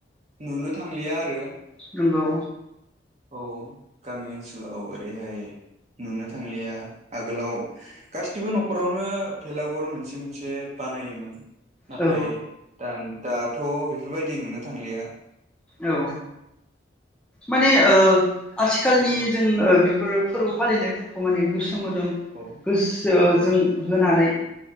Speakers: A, on the right; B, in the centre.
A: नुनो थांलिया आरो
B: नंगौ
A: औ गामि ओनसोलाव ओरैहाय नुनो थांलिया आगोलाव गासै गासिबो न'खरावनो भेलागुर मोनसे मोनसे बा नाथाय
B: औ
A: दा दाथ' बेफोरबायदि नुनो थांलिया
B: औ माने ओ आथिखालनि जों बेफोर फोरबो फालिनायफोरखौ माने गुस सो मोदोम
A: औ
B: गोसो
A: औ
B: जों होनानै